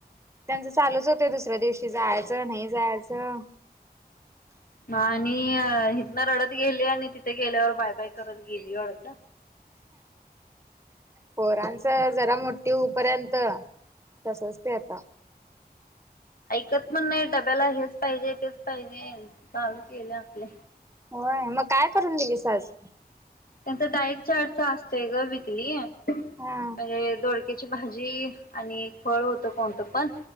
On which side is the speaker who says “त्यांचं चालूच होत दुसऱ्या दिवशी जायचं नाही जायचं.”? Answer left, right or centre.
Right